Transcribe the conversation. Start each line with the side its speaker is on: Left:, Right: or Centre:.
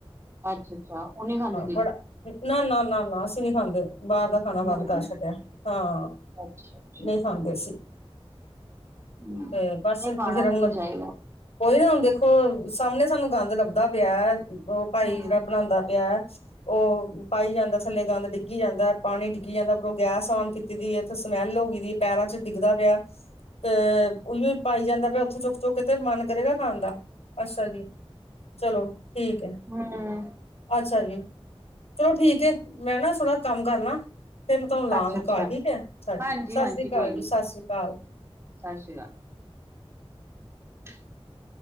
Right: ਅੱਛਾ ਅੱਛਾ ਉਹ ਨੀ ਖਾਦੇ
Left: ਬੜਾ ਨਾ ਨਾ, ਨਾ ਨਾ ਅਸੀਂ ਨੀ ਖਾਂਦੇ ਬਾਹਰ ਦਾ ਖਾਣਾ ਬੰਦ
Right: ਹੂੰ
Left: ਕਰ ਛੱਡਿਆ ਹਾਂ
Right: ਅੱਛਾ ਅੱਛਾ
Left: ਨਹੀਂ ਖਾਂਦੇ ਸੀ।
Right: ਹੂੰ
Left: ਬਸ,
Right: ਨਹੀਂ
Left: ਪਾਰਸਰੇ
Right: ਖਾਣਾ ਵੀ
Left: ਮਨ
Right: ਨਹੀਂ ਚਾਹੀਦਾ
Left: ਕੋਈ ਨਾ ਹੁਣ ਦੇਖੋ ਸਾਹਮਣੇ ਸਾਨੂੰ ਗੰਦ ਲੱਭਦਾ ਪਿਆ, ਉਹ
Right: ਹੂੰ
Left: ਭਾਈ ਜਿਹੜਾ ਬਣਾਉਂਦਾ ਪਿਆ। ਉਹ ਪਾਈ ਜਾਂਦਾ ਥੱਲੇ ਗੰਦ ਡਿੱਗੀ ਜਾਂਦਾ। ਪਾਣੀ ਡਿੱਗ ਜਾਂਦਾ, ਉਰੋਂ ਗੈਸ ਔਨ ਕੀਤੀ ਦੀ, ਉੱਥੇ ਸਮੈਲ ਹੋ ਗਈ ਸੀ ਪੈਰਾਂ ਚ ਡਿੱਗਦਾ ਪਿਆ। ਤੇ, ਉ ਪਾਈ ਜਾਂਦਾ ਪਿਆ, ਉੱਥੋਂ ਚੁੱਕ ਚੁੱਕ ਕੇ ਤੇ ਮਨ ਕਰੇਗਾ। ਖਾਣ ਦਾ ਅੱਛਾ ਜੀ, ਚਲੋ ਠੀਕ ਹੈ।
Right: ਹਾਂ,
Left: ਅੱਛਾ ਜੀ, ਚਲੋ ਠੀਕ ਹੈ, ਮੈਂ ਨਾ ਥੋੜਾ ਕੰਮ ਕਰ ਲਿਆ। ਫੇਰ ਮੈਂ ਤੁਹਾਨੂੰ ਲਵਾਂਗੀ
Right: ਅੱਛਾ-ਅੱਛਾ,
Left: ਕਾਲ ਠੀਕ ਹੈ, ਸਾੀ
Right: ਹਾਂਜੀ-ਹਾਂਜੀ
Left: ਸਤਿ ਸ੍ਰੀ ਅਕਾਲ,
Right: ਕੋਈ
Left: ਜੀ
Right: ਨੀ
Left: ਸਤਿ ਸ੍ਰੀ ਅਕਾਲ,
Right: ਸਤਿ ਸ਼੍ਰੀ ਅਕਾਲ, <inaudible>